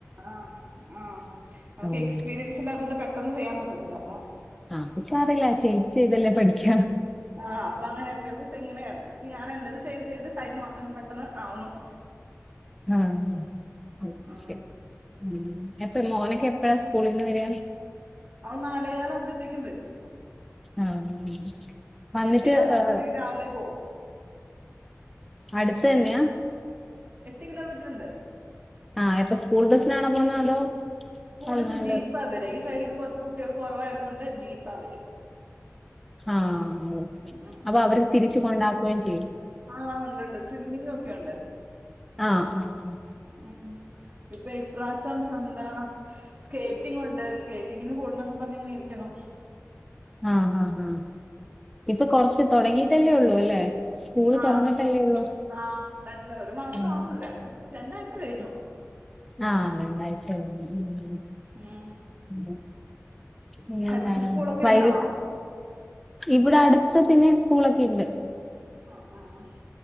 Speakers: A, on the right; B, in the centre.
A: ആഹ് ആഹ് നമുക്ക്
B: ഉം
A: എക്സ്പീരിയൻസില്ലാത്തതു കൊണ്ട് പെട്ടെന്ന് ചെയ്യാൻ പറ്റത്തില്ല അപ്പൊ
B: അത് സാരല്ല ചെയ്ത് ചെയ്തല്ലേ പഠിക്ക
A: ആഹ് അപ്പങ്ങനെ ഇടയ്ക്കെടെക്ക് ങ്ങനെ എടക്കെടക്ക്‌ ഞാൻ എന്റെത് ചെയ്ത് ചെയ്ത് ടൈമ് ങ്ങനെ പെട്ടെന്ന് ആവുന്നു <inaudible>
B: ആഹ് <unintelligible>
A: ആഹ്
B: ഉം <unintelligible> മോനൊക്കെ എപ്പഴാ സ്കൂളീന്ന് വര
A: അവൻ നാലേകാലാവുമ്പഴ്ത്തേക്കും വരും
B: ആഹ് വന്നിട്ട്
A: എട്ടേകാല് ആവുമ്പഴത്തേക്കും
B: ഏഹ്
A: രാവിലെ പോവും
B: അടുത്ത് തന്നെയാ
A: എട്ട് കിലോമീറ്ററ്ണ്ട്
B: ആഹ് ഇപ്പൊ സ്കൂൾ ബസ്സിനാണോ പോന്ന അതോ
A: സ്കൂളിൽ
B: അല്ലാണ്ട്
A: നിന്ന് ജീപ്പ വര ഈ സൈഡിൽ നിന്ന് കുറച്ച് കുട്ടികൾ കുറവായതുകൊണ്ട് ജീപ്പാ വരും
B: ആഹ
A: ഉം
B: അപ്പൊ അവര് തിരിച്ച കൊണ്ടാക്കുകയും ചെയ്യും
A: ആഹ ഉണ്ട്ണ്ട് സ്വിമ്മിങ്ങ ഒക്കെ ഉണ്ട്
B: ആഹ് ആഹ ആഹ
A: ഉം ഇപ്രാവശ്യം എന്താ സ്കേറ്റിങ്ങ ഉണ്ട് സ്കേറ്റിങ്ങിന് കൂടുന്നന്ന് പറഞ്ഞങ്ങനെ ഇരിക്കുന്നു
B: ആഹ് ആഹ് ഹാ ഇപ്പൊ കൊറച്ച് തുടങ്ങിട്ടല്ലേ ഉള്ളൂ അല്ലേ സ്കൂള്
A: ആഹ്
B: തൊറന്നിട്ടല്ലേ ഒള്ളൂ
A: ആഹ് രണ്ട് ഒരു മാസ
B: ഉം
A: ആവുന്നു ര രണ്ടാഴ്ച കഴിഞ്ഞു
B: ആഹ രണ്ടാഴ്ച കഴിഞ്ഞു ഉം
A: ഉം.
B: ഉം പിന്നെന്താണ്
A: അടുത്ത് സ്കൂളൊക്കെ
B: വൈകിട്ട്
A: ഉണ്ടോ
B: ഇവിടെ അടുത്ത് പിന്നെ സ്കൂളൊക്കെ ഉണ്ട്
A: ആഹ് ആഹ്